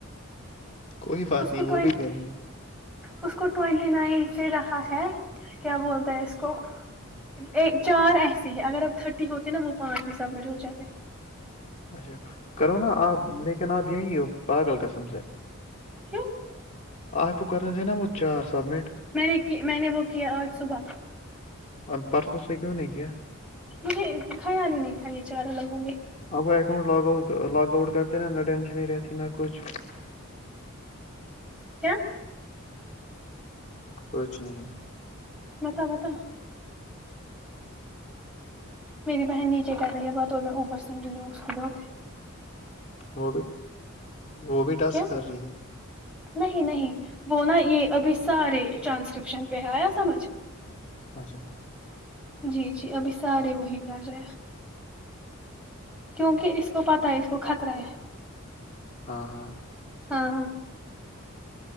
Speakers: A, on the left; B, in the centre.
A: کوئی بات
B: اس کو
A: نہیں
B: ٹوین
A: وہ بھی کریں گے
B: اس کو ٹوینٹی نائن سے رہا ہے کیا بولتا ہے اس کو ایک چار ایسے ہی اگر اب تھرٹی ہوتے نا وہ پانچ بھی سبمٹ ہو جاتے
A: اچھا کرو نا آپ لیکن آپ یہی ہو پاگل قسم سے ہے
B: کیوں
A: آپ کو کرے نہ وہ چار سبمٹ
B: میں نے کی میں نے وہ کیا آج صبح
A: آپ پرسوں سے کیوں نہیں کیا
B: مجھے خیال ہی نہیں تھا یہ چارہ الگ ہونگے
A: اب وہ account log out log out کرتے ہے نہ ٹینشن ہی رہتی نہ کچھ
B: کیا
A: کچھ نہیں
B: متاو بتا میری بہن نیچے کر رہی ہے بات اور میں اوپر سن رہی ہوں اس کی بات
A: وہ بھی وہ بھی ٹاسک
B: کیا
A: کر رہی ہے
B: نہیں نہیں وہ نہ یہ ابھی سارے ٹرانسکرپشن پہ ہے آیا سمجھ
A: اچھا
B: جی جی ابھی سارے وہی کر رہے ہیں کیونکہ اس کو پتہ ہے اس کو خطرہ ہے
A: ہاں ہاں
B: ہاں